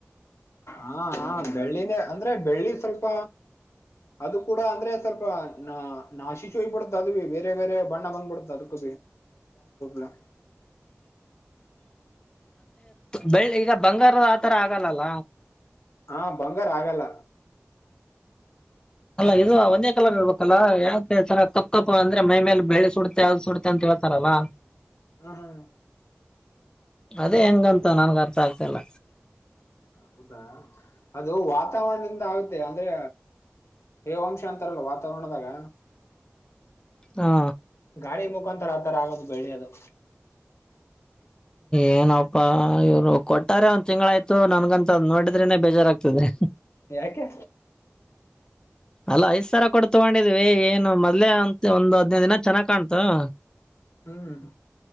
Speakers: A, on the left; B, on the left.
A: ಹಾ ಹಾ ಬೆಳ್ಳಿನೇ ಅಂದ್ರೆ ಬೆಳ್ಳಿ ಸ್ವಲ್ಪ ಅದು ಕೂಡ ಅಂದ್ರೆ ಸ್ವಲ್ಪ ನ ನಾಶಿಶ ಹಯ್ಬಿಡುತ್ತ ಅದು ಬಿ ಬೇರೆ ಬೇರೆ ಬಣ್ಣ ಬಂದ್ಬಿಡತ ಅದಕ್ <unintelligible>
B: ಬೆಳ್ಳಿ ಈಗ ಬಂಗಾರ ಆತರ ಆಗಲ್ಲಲ್ಲ
A: ಹ ಬಂಗಾರ ಆಗಲ್ಲ
B: ಅಲ್ಲ ಇದು ಒಂದೇ ಕಾಲರ್ ಹೇಳ್ಬೇಕಲ್ಲಾ ಯಾವೆ ಕಪ್ಪ ಕಪ್ ಅಂದ್ರೆ ಮೈ ಮೇಲೆ ಬೆಳಿ ಸುಡತೆೆ ಅದು ಸುಡತೆೆ ಅಂತ ಹೇಳ್ತಾರಲ್ಲ ಹಾ
A: ಹಾ ಹಾ
B: ಅದೇ ಹೆಂಗಂತ ನನ್ನಗ ಅರ್ಥ ಆಗ್ತಲ್ಲ
A: ಹೌದಾ ಅದು ವಾತಾವರಣದಿಂದ ಆಗುತ್ತೆ ಅಂದ್ರೆ ತೇವಂಶ ಅಂತಾರಲ್ಲೊ ವಾತಾವರಣದಾಗ
B: ಹಾ
A: ಗಾಳಿ ಮುಖಾಂತರ ಆ ತರ ಆಗೋದು ಬೆಳ್ಳಿ ಅದು
B: ಏನಪ್ಪಾ ಇವ್ರು ಕೊಟ್ಟ ಆಗ್ಲೇ ಒಂದ್ ತಿಂಗಳಾಯ್ತು ನನ್ಗಂತ ನೋಡಿದ್ರೆನೆೇ ಬೇಜಾರಾಗಗ್ತದೆ
A: ಯಾಕೆ
B: ಅಲ್ಲಾ ಐದ್ ಸಾವಿರ ಕೊಡ್ ತಗೊಂಡಿದ್ವಿ ಏನು ಮೊದ್ಲೆೇ ಅಂತ ಒಂದು ಹದಿನೈದು ದಿನ ಚೆನ್ನಾಗ್ ಕಾಣ್ತು <inaudible>
A: ಹ್ಮ್